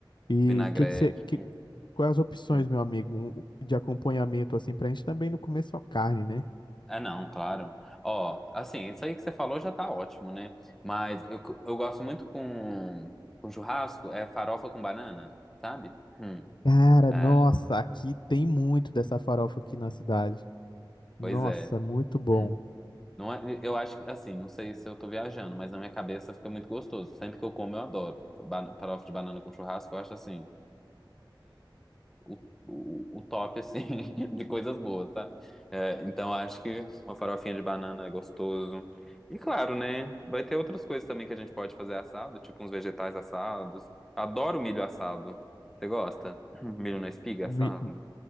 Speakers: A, on the left; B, in the centre.
A: E
B: vinagrete.
A: que que você, que, quais as opções,
B: Hum.
A: meu amigo, um- de acompanhamento, assim, para a gente também não comer só carne, né?
B: Ah, não, claro. Ó, assim, isso aí que você falou já tá ótimo, né? Mas eu, eu gosto muito com, com churrasco, é farofa com banana, sabe? Hum.
A: Cara,
B: É,
A: nossa, aqui tem muito dessa farofa aqui na cidade. Nossa,
B: pois é.
A: muito bom.
B: Hum. Não é, eu acho que, assim, não sei se eu tô viajando, mas na minha cabeça fica muito gostoso. Sempre que eu como, eu adoro. Bana- farofa de banana com churrasco, eu acho assim. o, o, o top, assim, <laughs> de coisas boas, tá É, então acho que uma farofinha de banana é gostoso. E claro, né? Vai ter outras coisas também que a gente pode fazer assado, tipo uns vegetais assados. Adoro milho assado. Você gosta? <clears throat> Milho na espiga
A: Mi-
B: assado?